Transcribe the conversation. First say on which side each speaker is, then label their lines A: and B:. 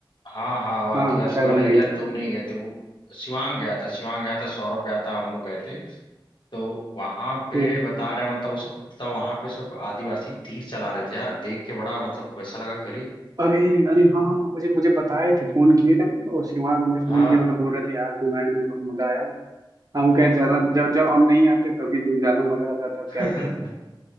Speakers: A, on the left; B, on the right.
A: हाँ हाँ वो आदिवासी
B: हाँ शायद
A: वाला
B: हम नहीं
A: एरिया
B: थे उस
A: तुम
B: दिन
A: नहीं गए थे वो शिवांग गया था शिवांग गया था सौरभ गया था हम लोग गए थे तो वहां पे
B: हम्म
A: बता रहे मतलब वो सब था वहां पे सब आदिवासी तीर चला रहे थे यार देख के बड़ा मतलब वैसा लगा करी
B: अरे अरे हाँ मुझे मुझे बताए थे फोन किए थे ना तो शिवांग मुझे फोन
A: हाँ
B: किया था तो बोल रहे थे यार तुम आए नहीं बहुत मजा आया हम कहे ज्यादा जब जब हम नहीं आते तभी तो ज्यादा मजा आ जाता अब
A: <laughs>
B: क्या करें